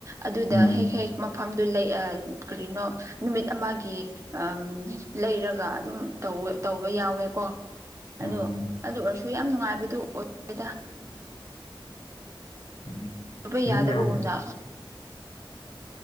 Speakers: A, on the right; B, on the left.
A: ꯑꯗꯨꯗ
B: ꯎꯝ
A: ꯍꯦꯛ ꯍꯦꯛ ꯃꯐꯝꯗꯨ ꯂꯩ ꯑꯥ ꯀꯔꯤꯅꯣ ꯅꯨꯃꯤꯠ ꯑꯃꯒꯤ ꯑꯝ ꯂꯩꯔꯒ ꯑꯗꯨꯝ ꯇꯧꯋꯦ ꯇꯧꯕ ꯌꯥꯎꯋꯦꯀꯣ ꯑꯗꯨ
B: ꯑꯣ
A: ꯑꯗꯨ ꯑꯣꯏꯔꯁꯨ ꯌꯥꯝ ꯅꯨꯡꯉꯥꯏꯕꯗꯨ ꯑꯣꯏꯗꯦꯗ
B: ꯎꯝ
A: ꯇꯧꯕ
B: ꯃꯤ
A: ꯌꯥꯗꯕꯒꯨꯝꯅ
B: ꯌꯥꯝ